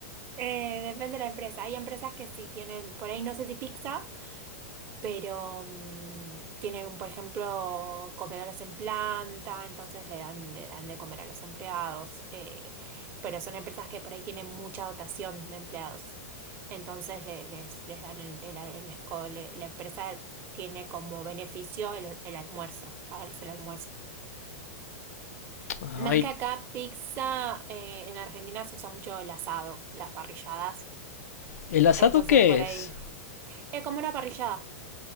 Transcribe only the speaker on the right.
Eh, depende de la empresa. Hay empresas que sí tienen, por ahí no sé si pizza. pero mm, tienen, por ejemplo, comedores en planta, entonces le dan, le dan de comer a los empleados, eh, pero son empresas que por ahí tienen mucha dotación de empleados, entonces le- les, les dan el, el- el esco- le- la empresa tiene como beneficio el, el almuerzo, pagarles el almuerzo.
Más que acá, pizza, eh, en Argentina se usa mucho el asado, las parrilladas,
entonces
por
ahí, es como una parrillada,